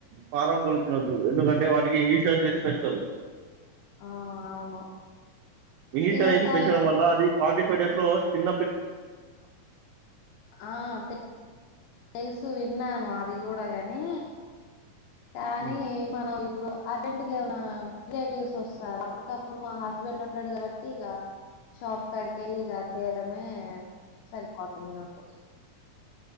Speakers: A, on the right (about 75°); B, on the left (about 85°).
A: ఫారం కోడి తినొద్దు ఎందుకంటే వాటికి ఇషార్స్ వేసి పెంచుతరు
B: ఆ అవును
A: ఇషా
B: ఇక
A: వేసి
B: టైం
A: పెంచడం వల్ల అది ఫార్టీ ఫైవ్ డేస్ చిన్
B: ఆ త తెలుసు విన్నాను అది కూడా కాని కానీ
A: హ్మ్.
B: మనం ఇప్పుడు అర్జెంట్గామనా రిలేటివ్స్ వస్తారు అప్పటికప్పుడు మా హస్బెండ్ ఉన్నాడు కాబట్టి ఇక షాప్ కడికి వెళ్ళి ఇక తేయడమే సరిపోతుంది నాకు